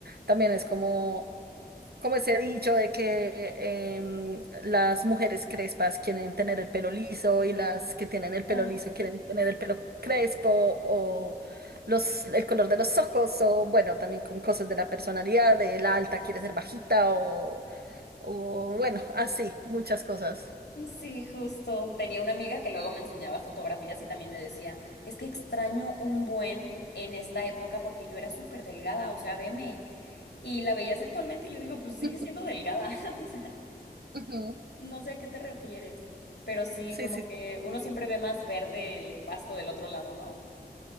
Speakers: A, on the right; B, on the left.
A: también es como como ese dicho de que em, las mujeres crespas quieren tener el pelo liso y las que tienen el pelo
B: Ah,
A: liso
B: sí.
A: quieren tener el pelo crespo o los, el color de los ojos o bueno, también con cosas de la personalidad, de la alta quiere ser bajita o, o bueno, así, muchas cosas.
B: Sí, justo. Tenía una amiga que luego me enseñaba fotografías y también me decía, es que extraño un buen en esta época porque yo era súper delgada, o sea, veme. Y la veías actualmente y yo digo, pues sigue
A: <laughs> Ujú.
B: siendo delgada, <laughs> o sea,
A: ujú.
B: no sé a qué te refieres. Pero sí,
A: Sí,
B: como
A: sí,
B: que
A: sí,
B: uno siempre ve más verde el pasto del otro lado, ¿no?